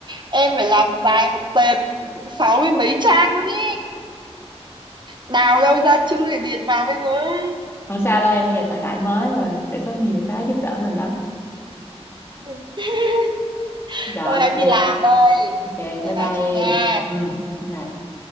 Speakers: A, on the right (about 45°); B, on the left (about 20°).
A: em phải làm dài một tệp sáu mươi mấy trang luôn ý. Đào đâu ra chữ để điền vào bây giờ ấy.
B: không sao đâu em bây giờ thời đại mới rồi mình sẽ có nhiều cái giúp đỡ mình lắm
A: <laughs>
B: rồi
A: Thôi em
B: ok
A: đi làm đây.
B: ok
A: Bye
B: bye
A: bye
B: bye
A: chị nha.
B: em ừ bye bye